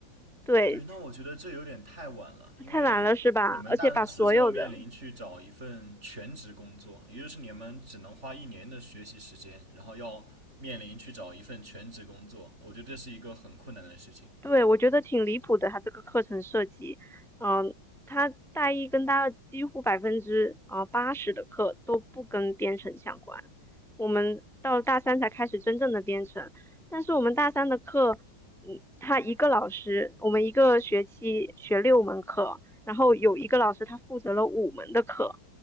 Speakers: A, in the centre; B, on the right (about 35°).
A: 对，
B: 对，那我觉得这有点太晚了，因为你们大四就要面临去找一份全职工作，
A: 太晚了是吧？而且把所有的
B: 也就是你们只能花一年的学习时间，然后要面临去找一份全职工作，我觉得这是一个很困难的事情
A: 对，我觉得挺离谱的，他这个课程设计，嗯，他大一跟大二几乎百分之啊八十的课都不跟编程相关，我们到了大三才开始真正的编程，但是我们大三的课，嗯，他一个老师，我们一个学期学六门课，然后有一个老师他负责了五门的课，